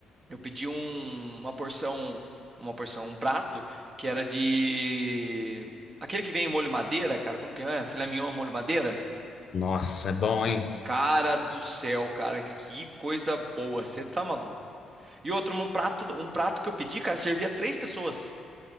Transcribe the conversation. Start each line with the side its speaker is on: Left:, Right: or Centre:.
Right: eu pedi um- uma porção, uma porção, um prato que era de aquele que vem em molho madeira, cara, como que é? Filé mignon molho madeira?
Left: Nossa, é bom, hein?
Right: Cara do céu, cara, que coisa boa, você tá maluco. E outro, um prato, um prato que eu pedi, cara, servia três pessoas.